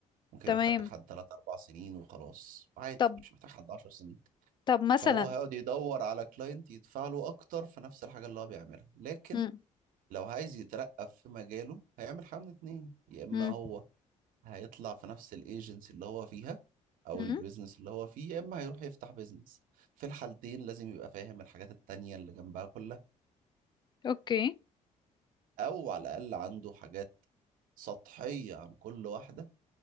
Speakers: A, on the right; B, on the left.
A: ممكن
B: تمام
A: يبقى محتاج حد 3 4 سنين وخلاص عادي
B: طب
A: مش محتاج حد 10 سنين
B: طب مثلا
A: فهو هيقعد يدور على كلاينت يدفع له اكتر في نفس الحاجه اللي هو بيعملها لكن
B: مم.
A: لو عايز يترقى في مجاله هيعمل حاجه من اتنين يا اما
B: مم.
A: هو هيطلع في نفس الايجنسي اللي هو فيها او
B: مم.
A: البيزنس اللي هو فيه يا اما هيروح يفتح بيزنس في الحالتين لازم يبقى فاهم الحاجات التانية اللي جنبها كلها
B: اوكي
A: او على الاقل عنده حاجات سطحية عن كل واحدة